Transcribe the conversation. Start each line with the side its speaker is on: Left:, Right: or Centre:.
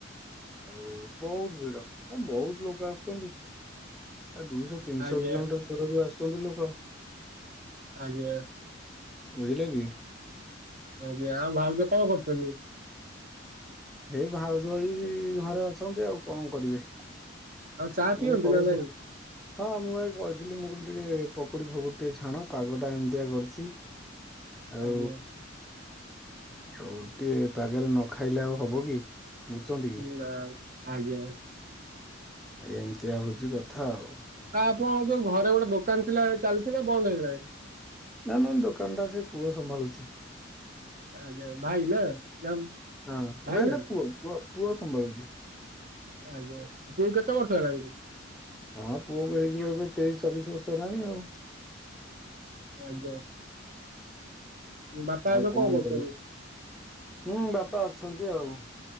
Centre: ଆଉ ବହୁତ୍ ଭିଡ ଏ ବହୁତ୍ ଲୋକ ଆସୁଛନ୍ତି। ଏ ଦୁଇଶ ତିନିଶ
Right: ଆଜ୍ଞା
Centre: କିଲୋମିଟର୍ ଦୂରରୁ ଆସୁଛନ୍ତି ଲୋକ।
Right: ଆଗିଆ।
Centre: ବୁଝିଲେ କି।
Right: ଆଜ୍ଞା ଆଉ ଭାଉଜ କଣ କରୁଛନ୍ତି?
Centre: ଏଇ ଭାଉଜ ଏଇ ଘରେ ଅଛନ୍ତି ଆଉ କଣ କରିବେ?
Right: ଆଉ ଚା ପିଅନ୍ତି
Centre: ମୁଁ କହୁଥି
Right: ନା ନାଇଁ?
Centre: ହଁ ମୁଁ ଏଇ ବଇଥିଲି ମୁଁ କହିଲି ଟିକେ ପକୁଡି ଫକୁଡି ଟିକେ ଛାଣ ପାଗ ଟା ଏମିତିଆ କରିଛି ଆଉ
Right: ଆଜ୍ଞା
Centre: ଆଉ ଏମିତି ପାଗରେ ନ ଖାଇଲେ ଆଉ ହବ କି? ବୁଝୁଛନ୍ତି କି
Right: ନାଁ ଆଜ୍ଞା।
Centre: ଏମିତିଆ ହଉଚି କଥା ଆଉ।
Right: ଆ ଆପଣଙ୍କ ଯୋଉ ଘରେ ଗୋଟେ ଦୋକାନ୍ ଥିଲା ଚାଲିଚି ନା ବନ୍ଦ ହେଇଗଥିଲାଣି?
Centre: ନାଁ ନାଁ ଦୋକାନ୍ ଟା ସେ ପୁଅ ସମ୍ଭାଳୁଛି।
Right: ଆଜ୍ଞା ଭାଇ ନା ନା
Centre: ହଁ
Right: ଭାଇ
Centre: ନାଇଁ
Right: ନା।
Centre: ପୁଅ ପୁଅ ପୁଅ ସମ୍ଭାଳୁଛି।
Right: ଆଜ୍ଞା ପୁଅକୁ କେତେ ବର୍ଷ ହେଲାଣି?
Centre: ହଁ ପୁଅ କୁ ହେଇଯିବ ଏବେ ତେଇଶ୍ ଚବିଶି ବର୍ଷ ହେଲାଣି ଆଉ।
Right: ଆଜ୍ଞା ବାପା
Centre: ଆଉ
Right: ଏବେ କଣ
Centre: କରିବୁ।
Right: କରୁଛନ୍ତି?
Centre: ହୁଁ ବାପା ଅଛନ୍ତି ଆଉ